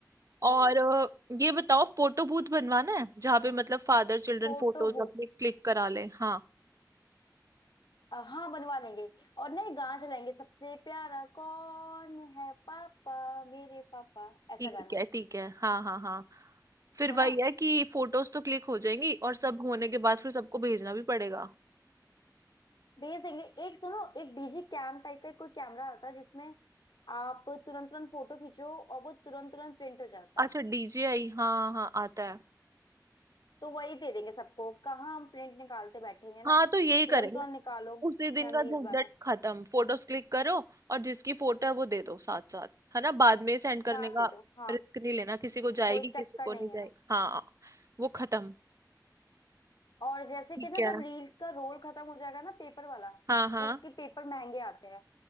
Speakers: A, on the left; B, on the right.
A: हम्म
B: और अ, ये बताओ फोटो बूथ बनवाना है जहाँ पे मतलब फादर चिल्ड्रन
A: फोटो
B: फोटोज
A: बूथ
B: अपने क्लिक करा ले हाँ
A: हाँ बनवा लेंगे और ना ये गाना चलाएंगे सबसे प्यारा कौन है पापा मेरे पापा ऐसा
B: ठीक
A: गाना
B: है ठीक है हाँ हाँ हाँ फिर
A: है
B: वही है कि फोटोज तो क्लिक हो जाएंगी और सब होने के बाद फिर सबको भेजना भी पड़ेगा
A: भेज देंगे एक सुनो एक डीजी कैम टाइप का कोई कैमरा आता है जिसमें आप तुरंत तुरंत फोटो खींचो और वो तुरंत तुरंत प्रिंट हो जाता है
B: अच्छा डीजे आई हाँ हाँ आता है
A: तो वही दे देंगे सबको कहाँ हम प्रिंट निकालते बैठेंगे ना
B: हाँ तो यही करेंगे
A: तुरंत तुरंत निकालो
B: उसी दिन
A: मेमोरीज
B: का झंझट
A: वाला
B: खत्म फोटोज क्लिक करो और जिसकी फोटो है वो दे दो साथ साथ है ना बाद में सेंड करने
A: साथ दे
B: का
A: दो हाँ
B: रिस्क नहीं लेना किसी को जाएगी
A: कोई
B: किसी
A: चक्कर
B: को
A: नहीं
B: नहीं जाएगी
A: है
B: हाँ वो खत्म
A: और जैसे
B: ठीक
A: कि ना
B: है
A: जब रील्स का रोल खत्म हो जाएगा ना पेपर वाला
B: हाँ हाँ
A: उसके पेपर महंगे आते हैं